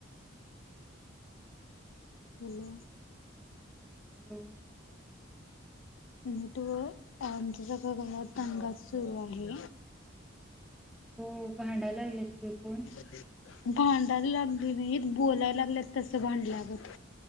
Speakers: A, on the left; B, in the centre.
A: हॅलो.
B: हम्म.
A: नीट व आमच्या स गावात दंगा सुरू आहे.
B: हो भांडायला लागलेत. ते कोण?
A: ह <inaudible> भांडायला लागली नाहीत बोलायला लागलेत तस भांडल्यागत.